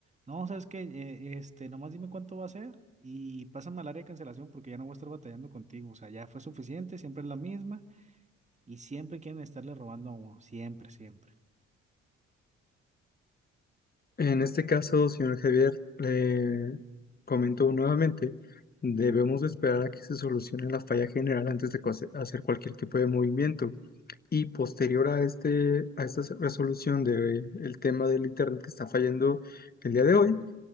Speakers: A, on the right; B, on the left.
A: No, ¿sabes qué? Eh, este, nomás dime cuánto va a ser y pásame al área de cancelación porque ya no voy a estar batallando contigo. O sea, ya fue suficiente, siempre es la misma y siempre quieren estarle robando a uno. Siempre, siempre.
B: En este caso, señor Javier, le comento nuevamente, debemos de esperar a que se solucione la falla general antes de cose- hacer cualquier tipo de movimiento. Y posterior a este, a esta resolución del tema del internet que está fallando el día de hoy,